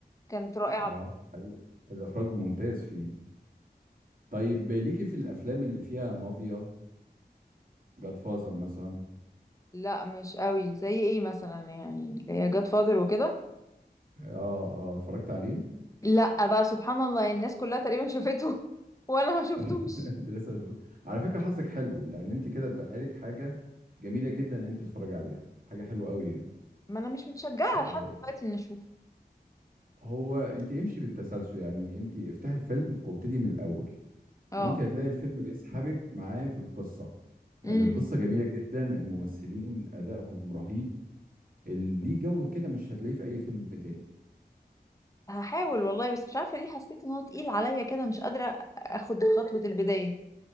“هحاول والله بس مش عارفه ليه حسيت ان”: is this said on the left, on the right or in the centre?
Left